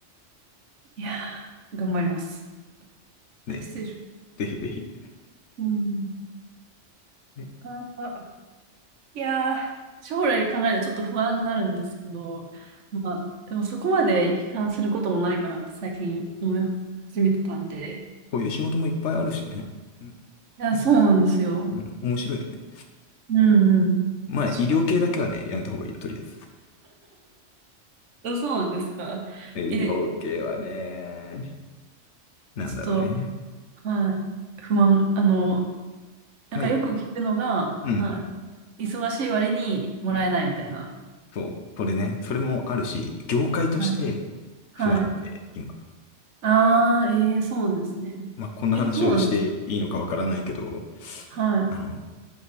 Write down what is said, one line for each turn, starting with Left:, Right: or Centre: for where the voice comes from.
Right: いやー、頑張ります。
Left: ね、
Right: あ失礼します。
Left: ぜひぜひ。
Right: うん、
Left: ね、
Right: なかなか。いやー、将来考えるとちょっと不安になるんですけど、まあ、でもそこまで悲観することもないかなって最近思い始めてたんで。い
Left: こういう仕事もいっぱいあるしね。うん、
Right: や、
Left: なんか、
Right: そうなんですよ。
Left: うん、面白いよね。
Right: うんうん。
Left: まあ、
Right: そ
Left: 医療系だけはね、やめた方がいいよ、とりあえず。
Right: う、あそうなんですか。
Left: え医療系はね、
Right: え、
Left: なんだろうね。
Right: ちょっと、はい、不安、あの、なんかよく聞くのが、
Left: まあ、いうん、
Right: はい、忙しい割にもらえないみたいな。
Left: うん、そう、それね、それもあるし、業界として不安定、
Right: はい。はい。
Left: 今。
Right: ああ、えー、そうなんですね。
Left: まあ、こんな話をしていいのかわからないけど、
Right: え、そうなんです。はい。
Left: あの、